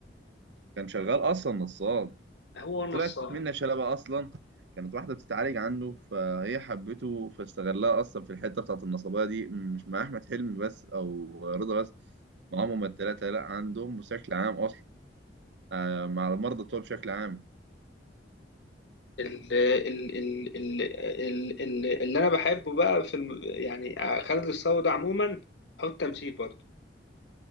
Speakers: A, on the right; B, on the left.
A: كان شغال اصلا نصاب
B: هو نصاب
A: طلعت منه شلبة أصلا كانت واحدة بتتعالج عنده فهي حبته فاستغلها أصلا في الحتة بتاعة النصابية دي مش مع أحمد حلمي بس أو رضا بس معاهم هما التلاتة لأ عندهم بشكل عام أصلا آه مع المرضى بتوع بشكل عام
B: ال- ال- ال- ال- ال- ال- اللي انا بحبه بقى في الم... يعني خالد الصاوي ده عموما هو التمثيل برضه